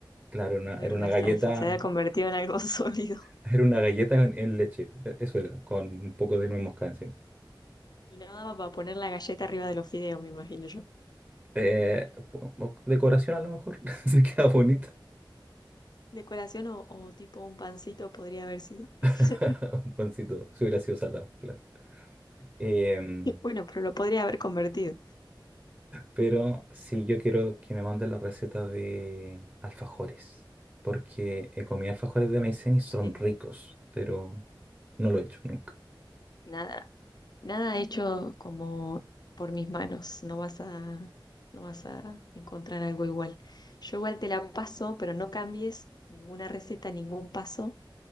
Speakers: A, on the right; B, on the left.
A: Claro, era una,
B: no
A: era
B: era
A: una
B: una
A: galleta,
B: salsa, se había convertido en algo <laughs> sólido.
A: <laughs> era una galleta en, en leche, e- eso era, con un poco de nuez moscada encima.
B: Y no daba para poner la galleta arriba de los fideos, me imagino yo.
A: Eh, o- o decoración a lo mejor, <laughs> se queda bonita.
B: Decoración o, o tipo un pancito podría haber sido. <laughs>
A: <laughs> Un pancito, si hubiera sido salado, claro. Em,
B: Bueno, pero lo podría haber convertido.
A: pero sí, yo quiero que me mande la receta de alfajores, porque he comido alfajores de maicena y son
B: Dale.
A: ricos, pero no lo he hecho nunca.
B: Nada, nada hecho como por mis manos. No vas a, no vas a encontrar algo igual. Yo igual te la paso, pero no cambies ninguna receta, ningún paso